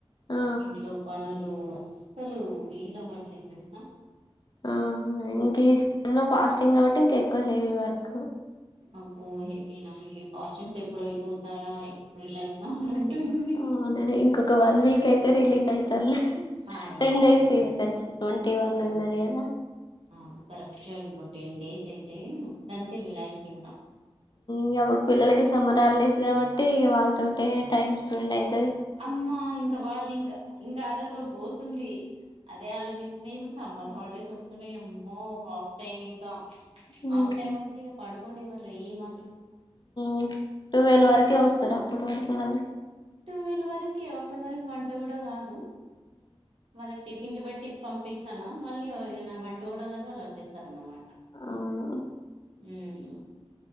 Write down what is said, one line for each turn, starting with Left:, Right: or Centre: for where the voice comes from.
Left: ఆ
Right: ఇంట్లో పనులు అసల్ అస్సలు వీలు అవట్లేదు తెలుసా!
Left: ఆ ఇంక ఈ లో ఫాస్టింగ్ కావట్టి ఇంక ఎక్కువ హెవీ వర్క్
Right: అబ్బో హెవీనా ఈ ఫాస్టింగ్స్ ఎప్పుడయిపో తాయ ఎప్పుడు రిలాక్స్ అన్నట్టుంది.
Left: అవునా ఇంకొక వన్ వీక్ అయితే రిలీఫ్ అయితారులే
Right: ఆ ఇంకా
Left: టెన్ డేస్
Right: వన్
Left: ఇగ
Right: వీక్
Left: కంచి
Right: అయితే
Left: ట్వంటీ వన్
Right: అన్
Left: అన్నారు కదా
Right: అవును కరెక్ట్ గా ఇంకో టెన్ డేస్ అయితే మొత్తానికి రిలాక్స్ ఇంకా
Left: మ్ అప్పుడు పిల్లలకి సమ్మర్ హాలిడేస్ కాబట్టి వాళ్ళతోటే టైమ్ స్పెండ్ అయితు
Right: అమ్మా ఇంకా వాళ్ళు ఇంకా ఇంకా అదొక గోస ఉంది. అదే ఆలోచిస్తున్ ఇప్పుడు సమ్మర్ హాలిడేస్ వస్తే అమ్మో ఆఫ్ టైమ్ ఇంకా
Left: ఊహు
Right: ఆఫ్ టైమ్ వస్తే ఇగ పడుకొనివ్వరు ఈ మా
Left: మ్ టూవెల్ వరకే వస్తారు అప్పటి వరకు వాల్
Right: టూవెల్ వరకే అప్పటి వరకు వంట కూడా గాదు వాళ్ళకి టిప్ టీలు పెట్టి పంపిస్తానా మళ్ళీ ఇగ నా వంట కూడా కాదు వాళ్ళు వచ్చేస్తారు. అన్నమాట
Left: అవును
Right: మ్